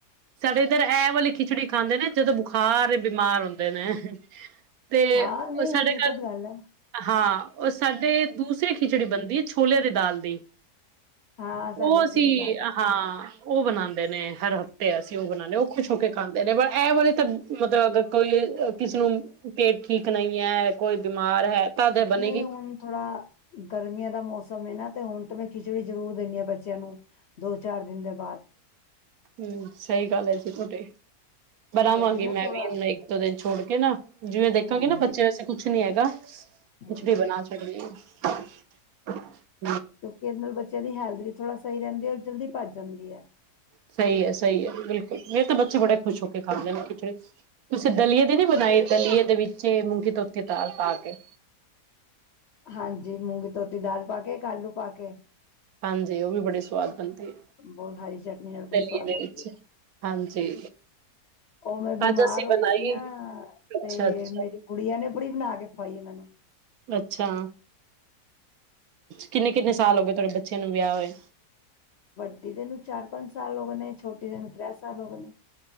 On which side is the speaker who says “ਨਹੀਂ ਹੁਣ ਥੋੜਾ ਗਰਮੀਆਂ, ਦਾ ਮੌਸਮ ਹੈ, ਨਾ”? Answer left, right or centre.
Left